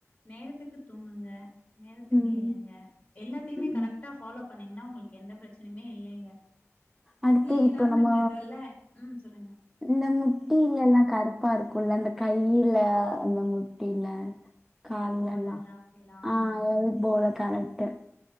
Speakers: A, on the left; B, in the centre.
A: நேரத்துக்கு தூங்குங்க நேரத்துக்கு
B: ம்,
A: எழுங்க எல்லாத்தையுமே
B: ம்.
A: கரெக்டா ஃபாலோ பண்ணீங்கனா உங்களுக்கு எந்த பிரச்சனையுமே இல்லைங்க
B: அடுத்து
A: ஸீரம்ன்றதுல்ல
B: இப்போ நம்ம
A: ம் சொல்லுங்க
B: இந்த முட்டிலலாம் கருப்பா இருக்கும்ல்ல இந்த கையில இந்த முட்டில அ கால்லல்லாம்
A: எல்போலல்லாங்களா
B: ஆ அது போல கரக்ட்